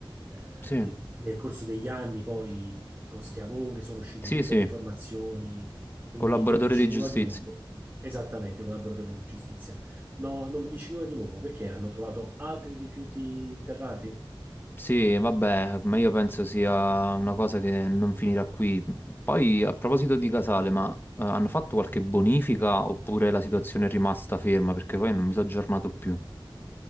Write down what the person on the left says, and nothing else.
sì,
sì,
sì,
collaboratore
di giustizia.
Sì, vabbè, ma io penso sia una cosa che non finirà qui. Poi, a proposito di Casale, ma eh, hanno fatto qualche bonifica oppure la situazione è rimasta ferma? Perché poi non mi sono aggiornato più.